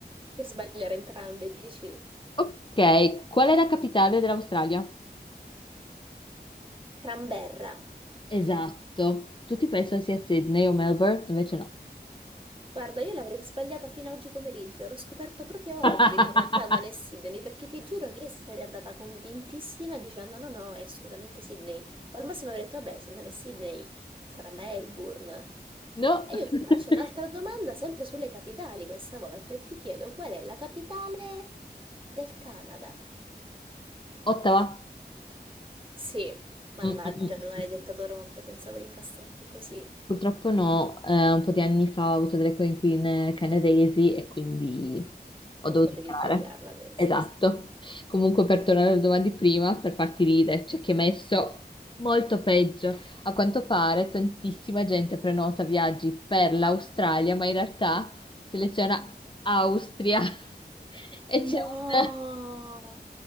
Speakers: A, on the right; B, on the left.
A: per sbagliare entrambe, dici?
B: Ok, qual è la capitale dell'Australia?
A: Cramberra.
B: Esatto. Tutti pensano sia Sydney o Melbourne, invece no.
A: Guarda, io l'avrei sbagliata fino a oggi pomeriggio, l'ho scoperto proprio
B: <laughs>
A: oggi che in realtà non è Sydney, perché ti giuro che io sarei andata convintissima dicendo no, no, è assolutamente Sydney. O al massimo avrei detto, vabbè, se non è Sydney sarà Melbourne.
B: No.
A: E
B: <laughs>
A: io ti faccio un'altra domanda, sempre sulle capitali questa volta, e ti chiedo qual è la capitale del Canada?
B: Ottawa.
A: Sì, mannaggia,
B: Mm, mm, mm.
A: non hai detto Toronto, pensavo di incastrarti così.
B: Purtroppo no, eh, un po' di anni fa ho avuto delle coinquiline canadesi e quindi ho
A: Non
B: dovuto
A: potevi
B: imparare.
A: sbagliarla questa.
B: Esatto. Comunque per tornare alla domanda di prima, per farti ridere, c'è chi ha messo molto peggio. A quanto pare tantissima gente prenota viaggi per l'Australia, ma in realtà seleziona Austria <laughs> e
A: No!
B: c'è un